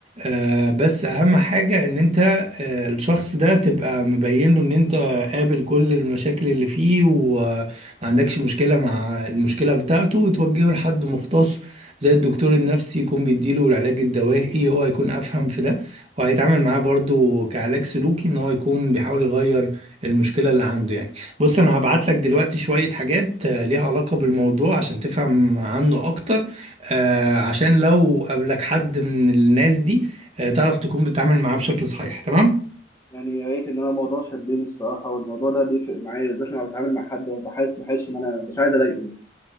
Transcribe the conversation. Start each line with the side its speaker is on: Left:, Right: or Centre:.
Right: آه بس أهم حاجة إن أنت آه الشخص ده تبقى مبين له إن أنت قابل كل المشاكل اللي فيه وما عندكش مشكلة مع المشكلة بتاعته وتوجهه لحد مختص زي الدكتور النفسي يكون بيديله العلاج الدوائي هو هيكون أفهم في ده وهيتعامل معاه برضو كعلاج سلوكي إن هو يكون بيحاول يغير المشكلة اللي عنده يعني بص أنا هبعت لك دلوقتي شوية حاجات آه، ليها علاقة بالموضوع عشان تفهم عنه أكتر آه عشان لو قابلك حد من الناس دي آه تعرف تكون بتتعامل معاه بشكل صحيح تمام
Left: يعني يا ريت ان انا الموضوع شدني الصراحه والموضوع ده بيفرق معايا بالذات لما بتعامل مع حد وببقى حاسس بحس ان انا مش عايز اضايقه يعني